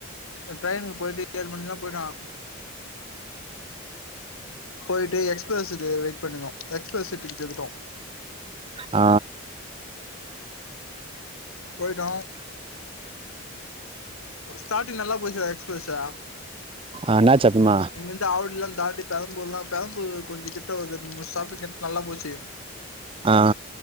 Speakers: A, on the left; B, on the right.
A: இப்ப ட்ரெயின்க்குபோயிட்டு ஏழு மணிக்கெல்லாம் போயிட்டான் போயிட்டு எக்ஸ்பிரஸ்க்கு வெய்ட் பண்ணணும் எக்ஸ்பிரஸ் டிக்கெட் எடுத்துட்டோம்
B: ஆ
A: போயிட்டோம் ஸ்டார்டிங் நல்லா போயிச்சுடா எக்ஸ்பிரஸ் ஆ
B: ஆ என்னாச்சு அப்பமா
A: இங்கிருந்து ஆவடி எல்லாம் தாண்டி பெரம்புர்லாம் தாண்டி கொஞ்சம் கிட் ட ரெண்டு மூணு ஸ்டாப்பிங் நல்லா போச்சு
B: ஆ